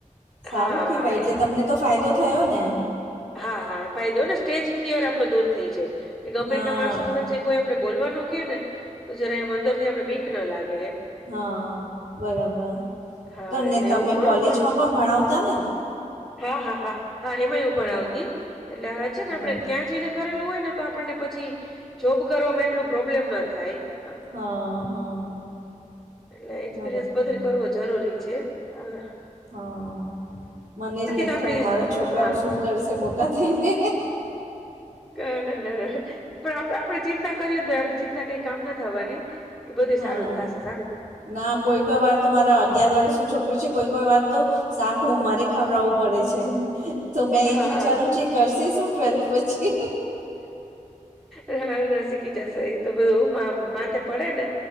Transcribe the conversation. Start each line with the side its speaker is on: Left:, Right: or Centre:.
Right: સારું
Centre: હા
Right: કેવાય
Centre: હા
Right: એટલે
Centre: એ
Right: તમને તો ફાયદો થયો ને?
Centre: હા હા ફાયદો ને સ્ટેજ ફિયર આપડો દૂર થઈ જાય કે ગમે
Right: હા
Centre: એટલા માણસોની વચ્ચે કોઈ આપડે બોલવાનું કે ને તો જયારે એમ અંદર થી આપડે બીક ના લાગે.
Right: હા બરાબર
Centre: હા
Right: તો ને
Centre: એટલે
Right: તમે
Centre: એવું ઘણું
Right: કોલેજમાં
Centre: ઘણું
Right: પણ ભણાવતા ને?
Centre: હા હા હા હા એમાંય હું
Right: હા
Centre: ભણાવતી એટલે હાચે ને
Right: હા
Centre: આપડે ત્યાં જઈને કરેલું હોય ને તો આપણને પછી જોબ કરવા માં એટલું પ્રોબ્લેમ ના થાય હા.
Right: હા હા.
Centre: એટલે એક્સપિરિયન્સ
Right: બરાબર
Centre: બધે કરવો જરૂરી છે, અહ.
Right: હા. મને એજ નથી
Centre: તો આપડી
Right: ખબર મારા છોકરાઓ
Centre: હા
Right: શું કરશે મોટા થઈને.
Centre: કે ના ના ના. પણ આપ આપડે ચિંતા કર્યું ને તોય આપડી ચિંતા કઈ કામ ના થવાની એ બધું
Right: હા
Centre: સારું જ થાશે.
Right: ના કોઈ કોઈ વાર તો મારા અગયાર વર્ષ નો છોકરી છે કોઈ કોઈ વાર તો શાક હું મારે ખવડાવવું પડે છે. તો મેં એજ
Centre: હા
Right: વિચારું છે કરશે શું ટ્વેલ્થ પછી?
Centre: હા શીખી જશે એ તો બધું માથે પડે ને